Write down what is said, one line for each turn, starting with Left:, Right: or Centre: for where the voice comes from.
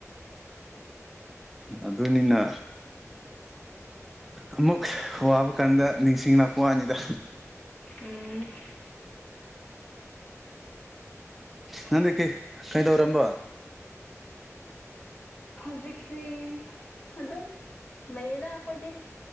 Centre: ꯑꯗꯨꯅꯤꯅ ꯑꯃꯨꯛ ꯋꯥꯕ ꯀꯥꯟꯗ ꯅꯤꯡꯁꯤꯡ ꯂꯥꯛꯄ ꯋꯥꯅꯤꯗ
Left: ꯎꯝ
Centre: ꯅꯪꯗꯤ ꯀꯦ ꯀꯩꯗꯧꯔꯝꯕ
Left: ꯍꯧꯖꯤꯛꯁꯤ ꯑꯗꯨꯝ ꯂꯩꯌꯦꯗ ꯑꯩꯈꯣꯏꯗꯤ